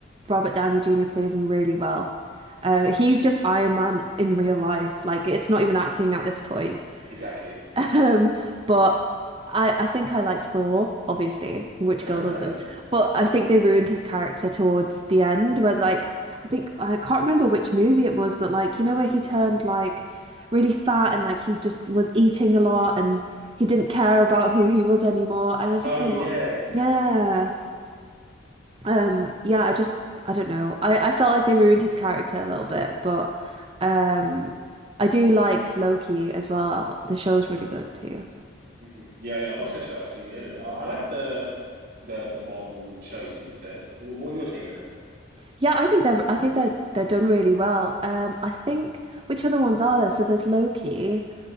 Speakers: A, on the right; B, on the right.
A: Robert Downey Jr. plays him really well. Uh, he's just Iron Man in real life. Like it's not even acting at this point. <laughs>
B: Exactly.
A: Um, but I I think I like Thor, obviously. Which
B: <laughs>
A: girl doesn't? But I think they ruined his character towards the end, where like I think I can't remember which movie it was, but like you know where he turned like really fat and like he just was eating a lot and he didn't care about who he was anymore. And I just
B: Oh
A: thought,
B: yeah.
A: yeah. Um, yeah, I just I don't know. I, I felt like they ruined his character a little bit, but um I do like Loki as well. The show's really good too.
B: hmm Yeah, yeah. I watched the show actually. Yeah, I, I like the the the Marvel shows. To be fair, what, what are your take on it?
A: Yeah, I think they're I think they're they're done really well. Um I think which other ones are there? So there's Loki,